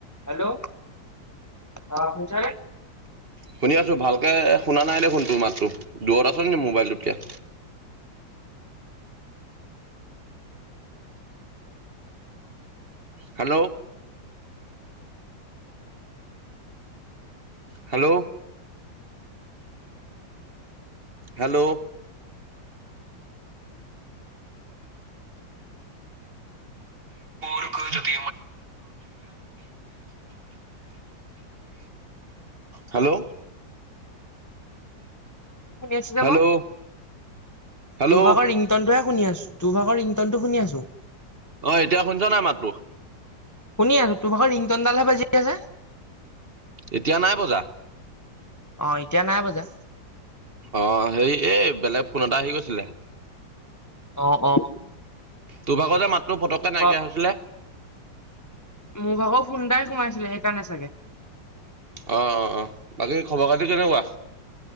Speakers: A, on the left (about 20°); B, on the right (about 35°).
A: হেল্ল' অহ শুনিছনে?
B: শুনি আছোঁ ভালকে শুনা নাই দেখোন তোৰ মাতটো দূৰত আছনি মোবাইলটোতকে? হেল্ল'। হেল্ল'। হেল্ল'। <unintelligible> হেল্ল'।
A: শুনি আছো যে
B: হেল্ল'
A: মই,
B: হেল্ল'
A: টো ভাগৰ ৰিংটনটোহে শুনি আছো। তো ভাগৰ ৰিংটন টো শুনি আছো।
B: অ'এতিয়া শুনছ নাই মাতটো?
A: শুনি আছো টোভাগৰ ৰিংটনডালহে বাজি আছে।
B: এতিয়া নাই বজা।
A: অ' এতিয়া নাই বজা।
B: অ' হেই এ বেলেগ ফোন এটা আহি গৈছিলে।
A: অ', অ'।
B: তোৰ ভাগৰ যে মাতটো পটককে নাইকিয়া
A: ক
B: হৈছিলে।
A: মোৰ ভাগৰ ফোনএটায়ে সোমাইছিলে সেইকাৰণে চাগে।
B: অ', অ', অ, বাকী খবৰ খাতি কেনেকুৱা?